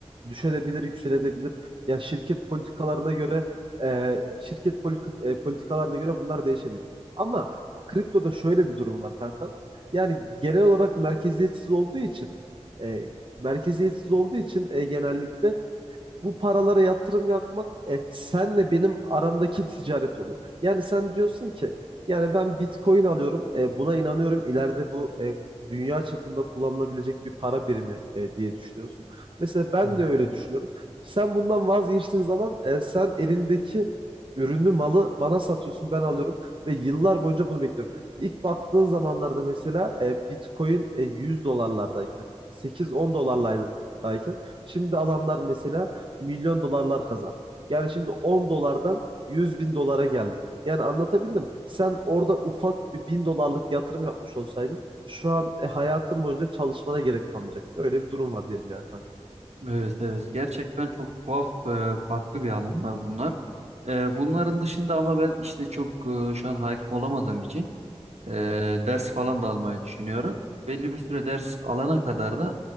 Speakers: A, on the right (about 50°); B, on the right (about 75°).
A: düşebilir, yükselebilir. Ya şirket politikalarına göre e, şirket polika- e, politikalarına göre bunlar değişebilir. Ama kriptoda şöyle bir durum var kanka. Yani genel olarak merkeziyetsiz olduğu için e, merkeziyetsiz olduğu için e, genellikle bu paralara yatırım yapmak e, senle benim aramdaki ticaret oluyor. Yani sen diyorsun ki yani ben Bitcoin alıyorum e, buna inanıyorum ileride bu e, dünya çapında kullanılabilecek bir para birimi e, diye düşünüyorsun. Mesela ben
B: Hı.
A: de öyle düşünüyorum. Sen bundan vazgeçtiğin zaman e, sen elindeki ürünü malı bana satıyorsun ben alıyorum ve yıllar boyunca bunu bekliyorum. İlk baktığın zamanlarda mesela e, Bitcoin e, 100 dolarlardayken 8-10 dolarlardayken şimdi alanlar mesela milyon dolarlar kazandı. Yani şimdi 10 dolardan 100 bin dolara geldi. Yani anlatabildim. Sen orada ufak bir bin dolarlık yatırım yapmış olsaydın şu an e, hayatın boyunca çalışmana gerek kalmayacak. Öyle bir durum var diyelim yani.
B: Evet evet gerçekten çok tuhaf e, farklı bir alanlar bunlar. E, bunların dışında ama ben işte çok e, şu an hakim olamadığım için Ee, ders falan da almayı düşünüyorum. Belli bir süre ders alana kadar da